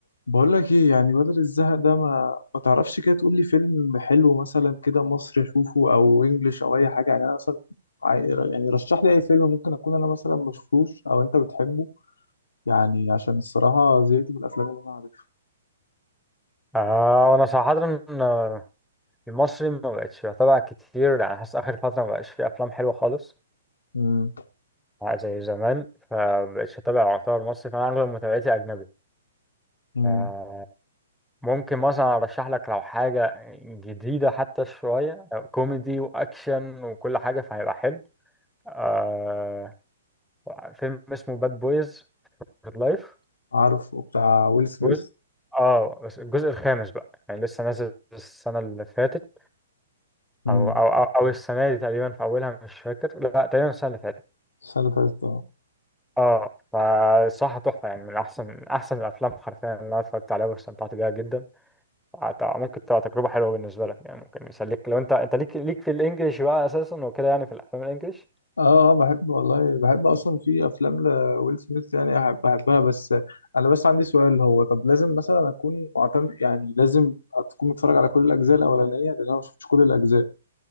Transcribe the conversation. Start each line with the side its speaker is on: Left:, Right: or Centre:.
Left: بقول لك ايه يعني بدل الزهق ده ما ما تعرفش كده تقول لي فيلم حلو مثلا كده مصري اشوفه او انجليش او اي حاجه يعني انا مثلا عاي- يعني رشح لي اي فيلم ممكن اكون انا مثلا ما شفتوش او انت بتحبه يعني عشان الصراحه زهقت من الافلام اللي انا عارفها
Centre: آه وانا صراحة آه، المصري ما بقتش بتابع كتير يعني حاسس اخر فترة ما بقاش فيه افلام حلوة خالص
Left: امم
Centre: آه، زي زمان فبقتش اتابع يعتبر مصري فانا اغلب متابعتي اجنبي
Left: امم
Centre: فممكن مثلا ارشح لك لو حاجة جديدة حتى شوية كوميدي واكشن وكل حاجة فهيبقى حلو آه فيلم اسمه باد بويز فور لايف
Left: عارفه بتاع ويل سميث
Centre: جزء اه بس الجزء الخامس بقى يعني لسه نازل السنة اللي فاتت
Left: امم
Centre: او او او, أو السنه دي تقريبا في اولها مش فاكر لا تقريبا السنه اللي فاتت
Left: السنه اللي فاتت آه.
Centre: اه فصراحه تحفه يعني من احسن احسن الافلام حرفيا اللي انا اتفرجت عليها واستمتعت بيها جدا فت- ممكن تبقى تجربه حلوه بالنسبه لك يعني ممكن يسليك لو انت انت ليك ليك في الانجليش بقى اساسا وكده يعني في الافلام الانجليش
Left: اه بحب والله بحب اصلا في افلام لويل سميث يعني أحب- بحبها بس انا بس عندي سؤال هو طب لازم مثلا اكون معتمد يعني لازم تكون متفرج على كل الاجزاء الاولانيه لان انا ما شفتش كل الاجزاء